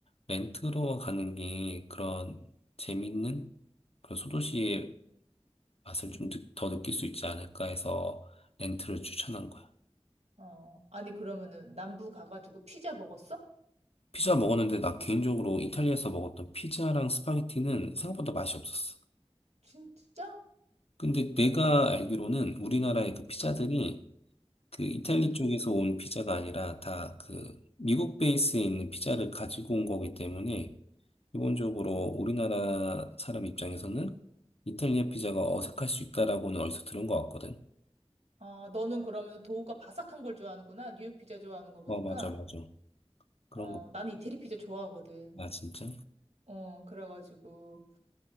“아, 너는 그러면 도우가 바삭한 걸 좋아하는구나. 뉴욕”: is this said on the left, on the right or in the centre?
Right